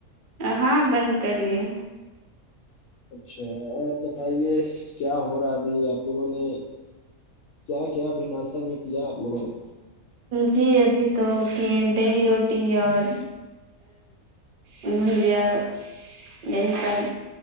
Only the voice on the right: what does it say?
ہاں بند کر لیے ہیں
جی ابھی تو دیہی روٹی اور بھجیاں یہی سب